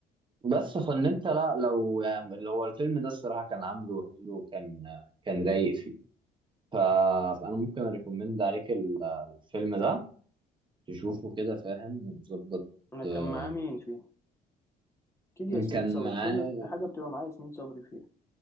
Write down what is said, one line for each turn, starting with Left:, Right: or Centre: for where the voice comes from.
Right: بس فان انت لا لو يعني اللي هو الفيلم ده الصراحه كان عامله حلو كان كان رايق فيه ف... فانا ممكن اريكومند عليك ال- الفيلم ده تشوفه كده فاهم وتظبط
Left: أنا
Right: آه،
Left: كان معاه مين فيه أكيد ياسمين
Right: كان
Left: صبري
Right: معاه
Left: كل حاجة بتبقى معايا ياسمين صبري فيها